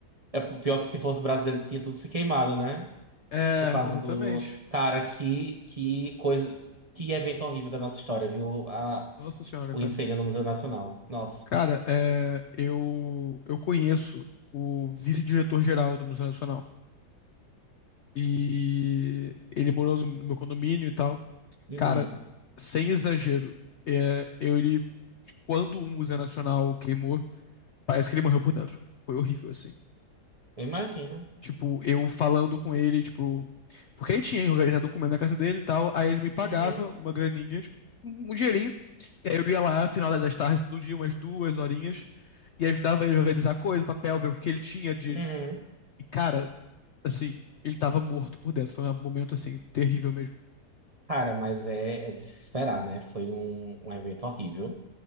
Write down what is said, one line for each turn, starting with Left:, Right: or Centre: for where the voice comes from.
Right: É p- pior que se fosse brasileiro tinha tudo se queimado, né?
Left: É,
Right: Por causa
Left: exatamente.
Right: do cara que que coisa, que evento horrível da nossa história, viu? A
Left: Nossa senhora,
Right: o
Left: cara.
Right: incêndio no Museu Nacional. Nossa.
Left: Cara, é, eu, eu conheço o vice-diretor-geral do Museu Nacional. E ele morou no no meu condomínio e tal.
Right: Uhum.
Left: Cara, sem exagero, é, eu, ele, quando o Museu Nacional queimou, Parece que ele morreu por dentro. Foi horrível, assim.
Right: Eu imagino.
Left: Tipo, eu falando com ele, tipo. Porque ele tinha organizado documento na casa dele e tal. Aí ele me pagava
Right: Uhum.
Left: uma graninha, tipo, um dinheirinho. E aí eu ia lá, final das tardes, todo dia, umas duas horinhas. E ajudava ele a organizar coisas, papel, ver o que ele tinha de.
Right: Uhum.
Left: E, cara, assim, ele tava morto por dentro. Foi um momento, assim, terrível mesmo.
Right: Cara, mas é, é de se esperar, né? Foi um, um evento horrível.